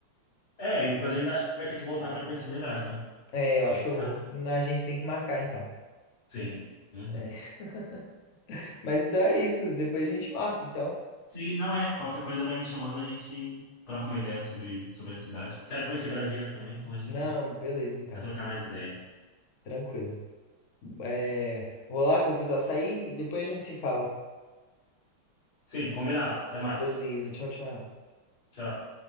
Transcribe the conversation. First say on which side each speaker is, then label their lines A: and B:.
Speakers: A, on the left (about 70°); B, on the left (about 45°).
A: é, eu- mas eu ainda acho que você vai ter que voltar para conhecer melhor, tá?
B: É, eu
A: Não
B: acho
A: ficar,
B: que eu- a gente tem que marcar então.
A: sim. Uhum.
B: É. <laughs> Mas então é isso, depois a gente marca então.
A: Sim, não é, qualquer coisa vai me chamando, a gente troca uma ideia sobre, sobre a cidade. Quero conhecer Brasília também, então a gente
B: Não, beleza então,
A: vai trocar mais ideias.
B: tranquilo. É, vou lá que eu vou precisar sair e depois a gente se fala.
A: Sim, combinado, até mais.
B: Beleza, tchau, tchau.
A: Tchau.